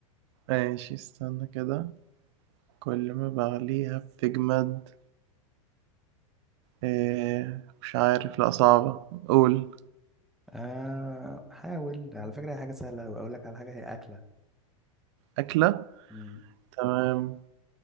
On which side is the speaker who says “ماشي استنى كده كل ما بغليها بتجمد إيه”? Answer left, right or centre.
Right